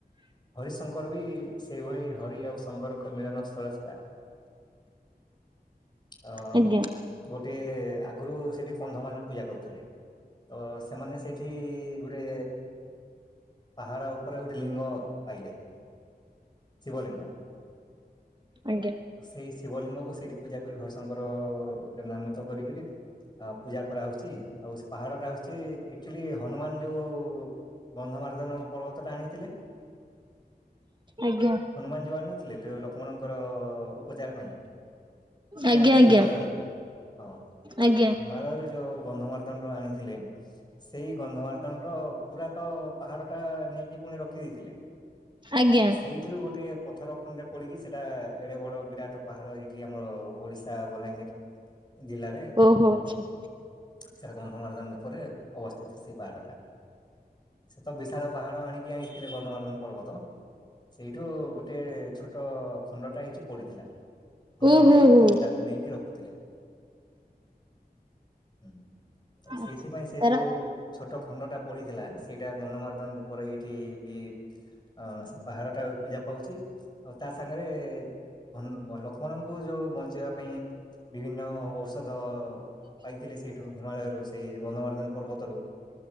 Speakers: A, on the left (about 25°); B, on the right (about 30°).
A: ହରିଶଙ୍କର ବି ସେଇଭଳି ହରି ଆଉ ଶଙ୍କର ମିଳନ ସ୍ଥଳ ସେଇଟା। ଅ
B: ଆଜ୍ଞା
A: ଗୋଟେ ଆଗରୁ ସେଠି କନ୍ଧ ମାନେ ପୂଜା କରୁଥିଲେ। ତ ସେମାନେ ସେଇଠି ଗୁଡ଼େ ପାହାଡ଼ ଉ ପରେ ଗୋଟେ ଲିଙ୍ଗ ପାଇଲେ ଶିବଲିଙ୍ଗ।
B: ଆଜ୍ଞା
A: ସେଇ ଶିବଲିଙ୍ଗକୁ ସେଇଠି ପୂଜା କରି ହରିଶଙ୍କ ଉପର ସେରେ ନାମିତ କରିକରି ଆ ପୂଜା କରାହେଉଛି। ଆଉ ପାହାଡ ଟା ହଉଛି ଆକ୍ଚୁଆଲି ହନୁମାନ ଯୋଉ ଗନ୍ଧମାର୍ଦ୍ଦନ ପର୍ବତ ଟା ଆଣିଥିଲେ।
B: ଆଜ୍ଞା
A: ହନୁମାନ ଯୋଉ ଆଣିନ ଥିଲେ ଯୋଉ ଲକ୍ଷ୍ମଣଙ୍କ ତ ଉପଚାର ପାଇଁ ଏଇଟା
B: ଆଜ୍ଞା
A: ଆଣିଥିଲେ।
B: ଆଜ୍ଞା
A: ହିମାଳୟରୁ ହଁ
B: ଆଜ୍ଞା
A: ହିମାଳୟରୁ ଯୋଉ ଗନ୍ଧମାର୍ଦ୍ଦନ ଆଣ୍ ଥିଲେ ସେଇ ଗନ୍ଧମାର୍ଦ୍ଦନର ପୁର ତ ପାହାଡଟା ନେଇକି ପୁଣି ରଖିଦେଇଥିଲେ।
B: ଆଜ୍ଞା
A: ତ ସେଇଥିରୁ ଗୋଟିଏ ପ ଖଣ୍ଡେ ପଡିକି ସେଇଟା ଏଡେ ବଡ ବିରାଟ ପାହାଡ ଏଇଠି ଆମର ଓଡିଶା ବଲାଙ୍ଗୀର ଜିଲ୍ଲାରେ
B: ଓହୋ ଆଚ୍ଛା।
A: ସେଟା ଗନ୍ଧମାର୍ଦ୍ଦନ ରୂପରେ ଅବସ୍ଥିତ ସେ ପାହାଡଟା। ସେ ତ ବିଶାଳ ପାହାଡ ଆଣିକି ଆଇଥିଲେ ଗନ୍ଧମାର୍ଦ୍ଦନ ପର୍ବତ ସେଇଠୁ ଗୋ ଗୋଟେ ଛୋଟ ଖଣ୍ଡଟା ଏଇଠି ପଡିଥିଲା ହନୁମାନ
B: ଓହୋ
A: ଯେତବଳେ
B: ହୋ
A: ପୁଣି ତାକୁ ନେଇକି ରଖୁ ଥିଲେ ହୁଁ।
B: ଆଚ୍ଛା
A: ସେଇଥିପାଇଁ ସେ
B: ତାର
A: ଯୋଉ ଛୋଟ ଛୋଟ ଖଣ୍ଡଟା ପଡିଥିଲା ସେଇଟା ଗନ୍ଧମାର୍ଦ୍ଦନ ରୂପରେ ଏଇଠି ବି ଅ ସେ ପାହାଡ଼ଟା ପୂଜା ପାଉଛି। ଆଉ ତା ସାଙ୍ଗରେ ହନୁ ବ ଲଖ୍ ଲକ୍ଷ୍ମଣଙ୍କୁ ଯୋଉ ବଞ୍ଚେଇବା ପାଇଁ ବିଭିନ୍ନ ଔଷଧ ପାଇଥିଲେ ସେଇଠୁ ହିମାଳୟରୁ, ସେଇ ଗନ୍ଧମାର୍ଦ୍ଦନ ପର୍ବତରୁ